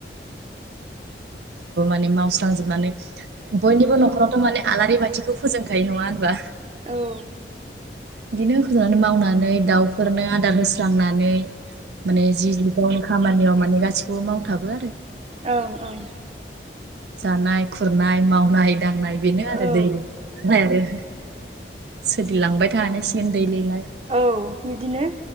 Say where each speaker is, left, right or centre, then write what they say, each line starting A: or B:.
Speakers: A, on the right (about 70°); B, on the right (about 35°).
A: <unintelligible> माने मावस्रांजोबनानै बयनिबो न'खरावथ' माने आलारि बाथिखौ फोजोंखायो नङा होनबा?
B: औ
A: बिदिनो होजनानै मावनानै दाउफोरनो आदार होस्रांनानै माने जि ग गा खामानि माने ग गासिबो मावथाबो आरो <inaudible>
B: ओं ओं
A: जानाय खुरनाय मावनाय दांनाय बेनो आरो
B: औ
A: दै दांनाय आरो
B: उम
A: सोलिलांबाय थानसिगोन दैलिाय
B: औ बिदिनो